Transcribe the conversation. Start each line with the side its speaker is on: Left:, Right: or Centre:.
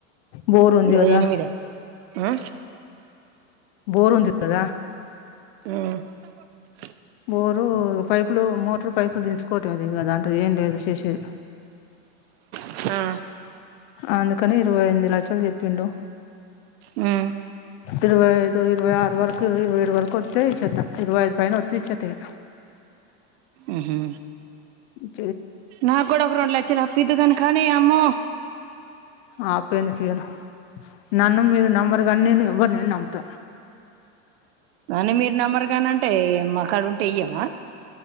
Left: బోర్ ఉంది
Right: ఇరవై
Left: కదా
Right: ఎనిమిదా ఆ
Left: బోర్ ఉంది కదా
Right: ఆ
Left: బోరు పైప్ ఇప్పుడు మోటర్ పైపులు దించుకోవటంఏంది కదాంటే ఏం లేదు చేసేది
Right: ఆ
Left: అందుకని ఇరవై ఎనిమిది లక్షలు చెప్పిండు
Right: హ
Left: ఇరవై ఐదు, ఇరవై ఆరు వరకు ఇరవై ఏరు వరకు వత్తే ఇచ్చేత్త ఇరవైదు పైన వత్తే ఇచ్చేత ఇగ
Right: ఉహు
Left: ఉ
Right: నా గోడ ఒక రొంలచ్చలు అప్పుద్దుకని కానీ, అమ్మో
Left: ఆ అప్పెందుకియను నన్ను మీరు నమ్మరుగానీ నేన ఎవ్వరినైన్ నమ్ త
Right: అని మీరు నమ్మరుగానంటే, మాకాడ ఉంటే ఇయ్యమా